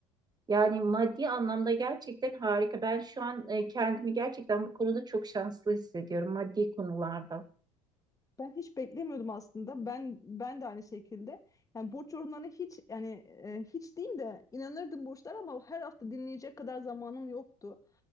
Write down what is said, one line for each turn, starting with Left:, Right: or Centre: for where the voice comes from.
Right: Yani maddi anlamda gerçekten harika. Ben şu an e, kendimi gerçekten bu konuda çok şanslı hissediyorum maddi konularda.
Left: Ben hiç beklemiyordum aslında. Ben ben de aynı şekilde. Yani burç yorumlarına hiç yani e, hiç değil de inanırdım burçlara ama her hafta dinleyecek kadar zamanım yoktu.